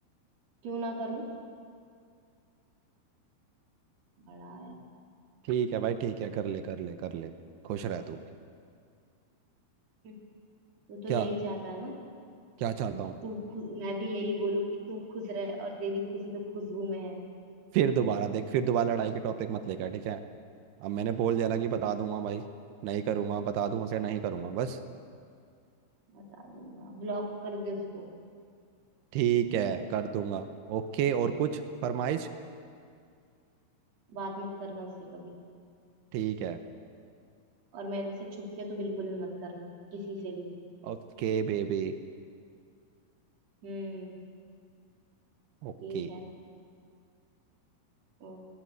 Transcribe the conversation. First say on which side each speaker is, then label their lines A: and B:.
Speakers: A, on the right; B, on the right.
A: क्यों ना करूं बड़ा आया
B: ठीक है भाई ठीक है कर ले कर ले कर ले खुश रह तू
A: हम्म, तो तो
B: क्या
A: यही चाहता है ना
B: क्या चाहता
A: कि
B: हूँ
A: तू खुश मैं भी यही बोलूं कि तू खुश रहे और तेरी खुशी तो खुशबू में है
B: फिर दोबारा देख फिर दोबारा लड़ाई के टॉपिक मत लेकर ठीक है अब मैंने बोल दिया ना कि बता दूंगा भाई नहीं करूंगा बता दूंगा क्या नहीं करूंगा बस
A: बता दूंगा ब्लॉक कर दे उसको
B: ठीक है कर दूंगा ओके और कुछ फरमाइश
A: बात मत करना उससे कभी
B: ठीक है
A: और मेरे से छुप के तो बिल्कुल भी मत करना किसी से भी
B: Okay baby
A: हम्म
B: ओके
A: ठीक है ओके